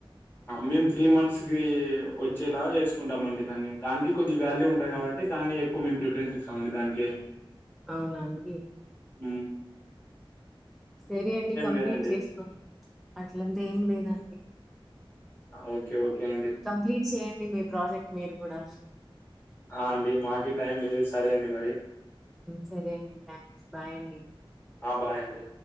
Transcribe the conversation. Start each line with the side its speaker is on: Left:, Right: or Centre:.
Left: మేము త్రీ మంత్స్కిి వచ్చేలాగా వేసుకుంటామండి దాన్ని దానికి కొద్ది వ్యాల్యూ ఉంటుంది కాబట్టి దాన్ని ఎక్కువ మేము ప్రిఫరెన్స్ ఇస్తామండి దానికి
Centre: అవునాండి
Left: ఉ
Centre: సరే అండి కంప్లీట్
Left: లేదండి
Centre: చేసుకోాం అట్లంతా ఏం లేదండి
Left: ఓకే ఓకే అండి
Centre: కంప్లీట్ చేయండి మీ ప్రాజెక్ట్ మీరు కూడా
Left: ఆ అండి మాకి టైం లేదూ సరే అండి మరి
Centre: సరే అండి థ్యాంక్స్ బాయ్ అండి
Left: ఆ బాయండి